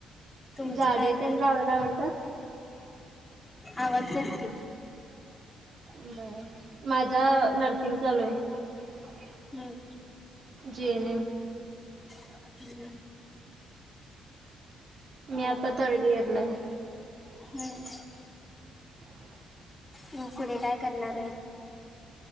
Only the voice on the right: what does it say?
झाडे
तेन
लावायला आवडतात.
बरं माझं नर्सिंग चालू हाय.
जी एन एम
मी
आता थर्ड इयरला आहे.
<inaudible>